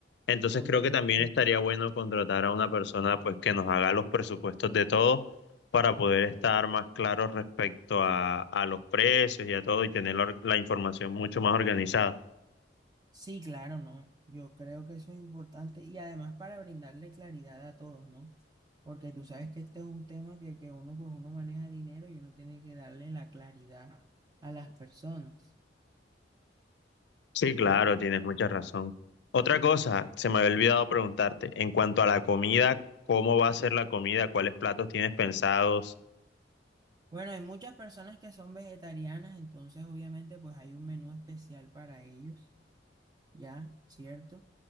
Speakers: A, on the left; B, on the right.
A: Entonces
B: obviamente
A: creo que también estaría bueno contratar a una persona pues que nos haga los presupuestos de todo para poder estar más claros respecto a, a los precios y a todo y tener la, or- la información mucho más organizada.
B: Sí, claro, ¿no? Yo creo que eso es importante y además para brindarle claridad a todos, ¿no? Porque tú sabes que este es un tema que, que uno, pues uno maneja dinero y uno tiene que darle la claridad a las personas,
A: Sí, claro,
B: ¿ya?
A: tienes mucha razón. Otra cosa, se me había olvidado preguntarte, en cuanto a la comida, ¿cómo va a ser la comida? ¿Cuáles platos tienes pensados?
B: Bueno, hay muchas personas que son vegetarianas, entonces obviamente pues hay un menú especial para ellos, ¿ya? ¿Cierto?